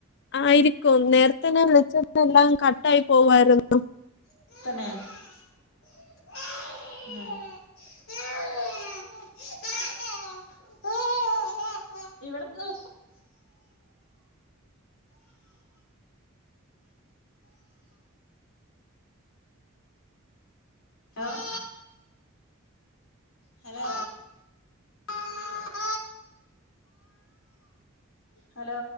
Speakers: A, on the left; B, on the left.
A: ആയിരിക്കും നേരത്തെ നേരത്തെ തന്നെ വിളിച്ചിട്ട് എല്ലാം കട്ട് ആയി പോവുവായിരുന്നു
B: <unintelligible> ഇവിടുന്ന് ഹലോ ഹലോ <inaudible> ഹലോ